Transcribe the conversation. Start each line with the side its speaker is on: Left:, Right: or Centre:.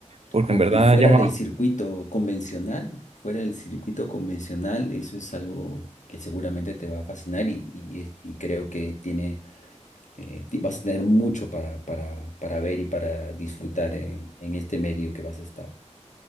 Right: Porque
Left: O-
Right: en verdad
Left: y fuera
Right: ya más,
Left: del circuito convencional, fuera del circuito convencional, eso es algo que seguramente te va a fascinar y, y- y creo que tiene, eh, ti- vas a tener mucho para, para, para ver y para disfrutar en, en este medio que vas a estar.